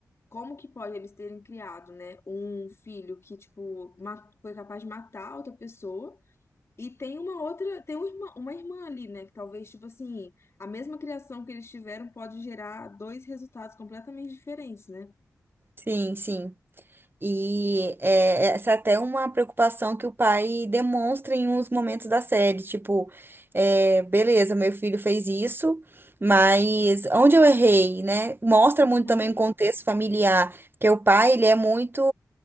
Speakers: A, on the left; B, on the right.
A: como que pode eles terem criado, né, um filho que, tipo, ma- foi capaz de matar outra pessoa e tem uma outra, tem um irmã- uma irmã ali, né, que talvez, tipo assim, a mesma criação que eles tiveram pode gerar dois resultados completamente diferentes, né?
B: Sim, sim. E é, essa é até uma preocupação que o pai demonstra em uns momentos da série, tipo, é, beleza, meu filho fez isso, mas onde eu errei, né? Mostra muito
A: Uhum.
B: também o contexto familiar, que o pai, ele é muito